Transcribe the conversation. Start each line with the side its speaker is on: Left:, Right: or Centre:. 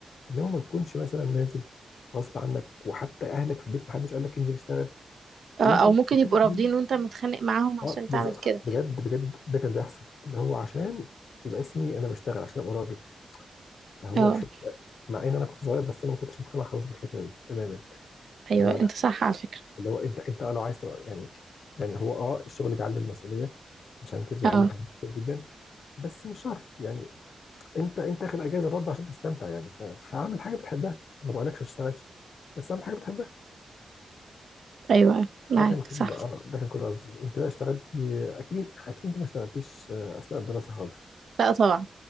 Left: انما ما تكونش مثلا نازل غصب عنك وحتى اهلك في البيت محدش قال لك انزل اشتغل
Right: اه
Left: وانت
Right: او
Left: مش
Right: ممكن
Left: محتاج
Right: يبقوا
Left: دي.
Right: رافضين وانت متخانق معاهم عشان
Left: اه بز-
Right: تعمل كده
Left: بجد بجد ده كان بيحصل اللي هو عشان يبقى اسمي انا بشتغل عشان ابقى راجل فهو
Right: اه
Left: الفكره مع ان انا كنت صغير بس انا ما كنتش مقتنع خالص بالفكره دي تماما اللي
Right: ايوه
Left: هو لا
Right: انت صح على فكره
Left: اللي هو انت انت لو عايز تبقى يعني يعني هو اه الشغل بيعلم مسؤوليه مش هنكر بيعلم
Right: اه
Left: حاجات كتير جدا بس مش شرط يعني انت انت اخد اجازه برضه عشان تستمتع يعني ف- فاعمل حاجه بتحبها ما بقولكش ما تشتغلش بس اعمل حاجه بتحبها
Right: ايوه معاك
Left: ده كان كل
Right: صح
Left: آه، ده كان كل قصدي انت بقى اشتغلتي اكيد اكيد انت ما اشتغلتيش آه، اثناء الدراسه خالص
Right: لا طبعا